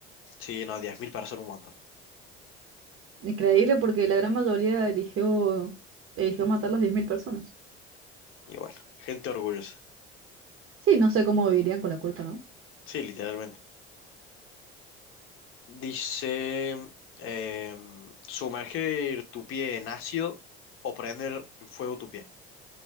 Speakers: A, on the left (about 40°); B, on the right (about 45°).
A: Sí, no, 10.000 para ser un montón.
B: Increíble porque la gran mayoría eligió, eligió matar a las 10.000 personas.
A: Y bueno, gente orgullosa.
B: Sí, no sé cómo vivirían con la culpa, ¿no?
A: Sí, literalmente. Dice, em, sumergir tu pie en ácido o prender en fuego tu pie.